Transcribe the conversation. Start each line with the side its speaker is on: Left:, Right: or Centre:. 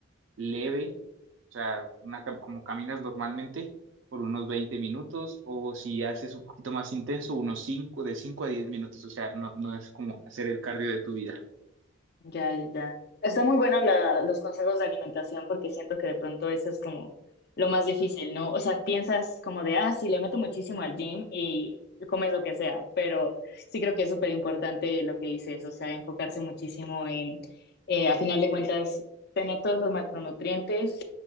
Right: leve, o sea, una, cam- como caminas normalmente por unos 20 minutos o si haces un poquito más intenso, unos 5 de 5 a 10 minutos, o sea, no, no es como hacer el cardio de tu vida.
Left: Ya, ya, ya. Está muy bueno la- los consejos de alimentación porque siento que de pronto eso es como lo más difícil, ¿no? O sea, piensas como de, ah, sí, le meto muchísimo al gym y comes lo que sea, pero sí creo que es súper importante lo que dices, o sea, enfocarse muchísimo en, eh, a final de cuentas, tener todos los macronutrientes